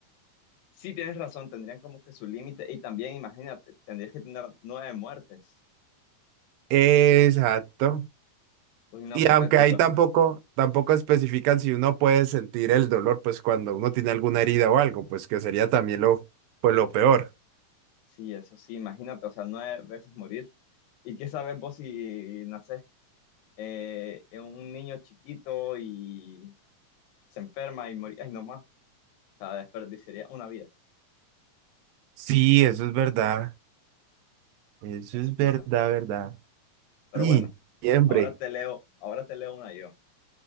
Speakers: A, on the left; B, on the right.
A: Sí, tienes razón, tendrían como que su límite. Y también, imagínate, tendrías que tener nueve muertes.
B: Exacto.
A: Uy, no,
B: Y
A: qué
B: aunque
A: tétrico.
B: ahí tampoco, tampoco especifican si uno puede sentir el dolor, pues cuando uno tiene alguna herida o algo, pues que sería también lo, pues lo peor.
A: Sí, eso sí, imagínate, o sea, nueve veces morir. ¿Y qué sabes vos si nacés eh, en un niño chiquito y se enferma y morí? Ay, no más, o sea, desperdiciaría una vida.
B: Sí, eso es verdad. Eso
A: Entonces,
B: es verdad,
A: no sé.
B: verdad.
A: Pero
B: Y
A: bueno,
B: siempre.
A: ahora te leo, ahora te leo una yo.